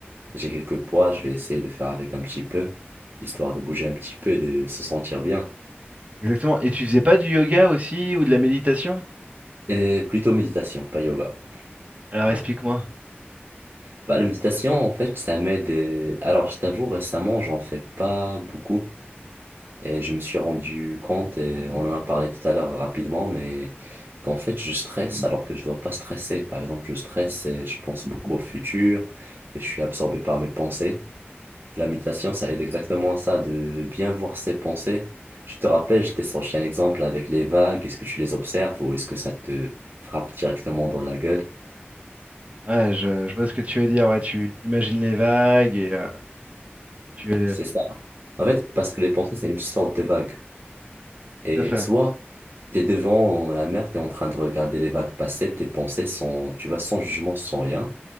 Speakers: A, on the right (about 60°); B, on the right (about 35°).
A: J'ai quelques poids, je vais essayer de faire avec un petit peu, histoire de bouger un petit peu et de se sentir bien.
B: Exactement. Et tu faisais pas du yoga aussi ou de la méditation?
A: Et plutôt méditation, pas yoga.
B: Alors
A: Ouais.
B: explique-moi.
A: Bah, la méditation, en fait, ça m'aide. euh, Alors, je t'avoue, récemment, j'en fais pas beaucoup. Et je me suis rendu compte, et on en a parlé tout à l'heure rapidement, mais qu'en fait, je stresse alors que je dois pas stresser. Par exemple, je stresse et je pense beaucoup au futur et je suis absorbé par mes pensées. La méditation, ça aide exactement à ça, de bien voir ses pensées. Tu te rappelles, je t'ai sorti un exemple avec les vagues. Est-ce que tu les observes ou est-ce que ça te frappe directement dans la gueule?
B: Ouais, je, je vois ce que tu veux dire. Ouais, tu t'imagines les vagues et euh, tu es
A: C'est ça. En fait, parce que les pensées, c'est une sorte de vague. Et
B: tout à fait.
A: soit t'es devant la mer, t'es en train de regarder les vagues passer, tes pensées sont, tu vois, sans jugement, sans rien.